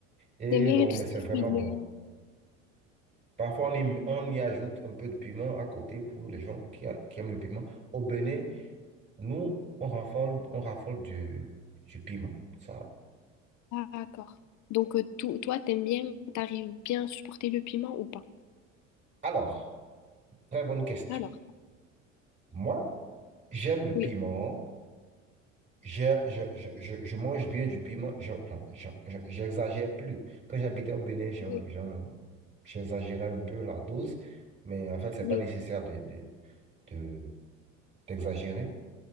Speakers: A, on the right (about 25°); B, on the left (about 50°).
A: Et
B: T'aimes bien
A: non,
B: tout
A: mais
B: ce
A: c'est
B: qui est
A: vraiment
B: fruits de
A: bon.
B: mer.
A: Parfois, on y, on y ajoute un peu de piment à côté pour les gens qui, a- qui aiment le piment. Au Bénin, nous, on raffole, on raffole du, du piment. Ça.
B: D'accord. Donc, euh, tout, toi, t'aimes bien, t'arrives bien à supporter le piment ou pas?
A: Alors, très bonne question.
B: Alors,
A: Moi, j'aime le
B: oui,
A: piment. Je, je, je, je, je mange bien du piment, j'en- enfin, j'en- j'en- j'exagère plus. Quand j'habitais au Bénin, j'en-
B: oui,
A: j'en- j'exagérais un peu la dose, mais en fait, c'est
B: oui,
A: pas nécessaire de, de, de- d'exagérer.